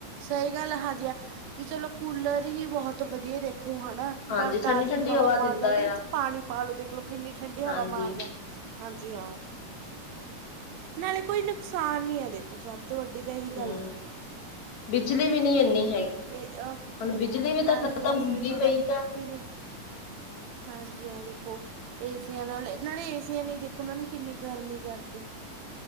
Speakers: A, on the right; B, on the left.
A: ਸਹੀ ਗੱਲ ਹ ਹਾਂਜੀ ਹਾ, ਵੀ ਚਲੋ ਕੂਲਰ ਹੀ ਬਹੁਤ ਵਧੀਆ ਦੇਖੋ ਹੈ ਨਾ। ਨਾਲ
B: ਹਾਂਜੀ ਠੰਡੀ
A: ਤਾਜ਼ੀ
B: ਠੰਡੀ
A: ਹਵਾ, ਮਾਰਦਾ
B: ਦਿੰਦਾ
A: ਉਹਦੇ ਵਿੱਚ
B: ਆ
A: ਪਾਣੀ ਪਾਾਲੋ ਦੇਖਲੋ ਕਿੰਨੀ ਠੰਡੀ ਹਵਾ
B: ਹਾਂਜੀ
A: ਮਾਰਦਾ। ਹਾਂ ਜੀ ਹਾਂ, ਨਾਲੇ ਕੋਈ ਨੁਕਸਾਨ ਨੀ ਹੈ ਦੇਖੋ ਸਭ ਤੋਂ ਵੱਡੀ ਤਾਂ ਇ ਹੀ।
B: ਹਮ, ਬਿਜਲੀ ਵੀ ਨੀ ਇੰਨੀ ਹੈਗੀ।
A: ਇਹ ਅ,
B: ਹੁਣ ਬਿਜਲੀ ਵੀ
A: ਹਾਂ
B: ਤਾਂ ਖ਼ਤਮ
A: ਜੀ ਹਾਂ, ਸੋਹੀ
B: ਹੁੰਦੀ
A: ਗੱਲ
B: ਪਈ
A: ਹੈ।
B: ਆ
A: ਫ ਜੇ ਹਾਂ ਜੀ ਹਾਂ, ਦੇਖੋ ਏਸੀਆਂ ਨਾਲ ਨਾਲੇ, ਏਸੀਆਂ ਲਈ ਦੇਖੋ ਮੈਮ ਕਿੰਨੀ ਗਰਮੀ ਕਰਤੀ।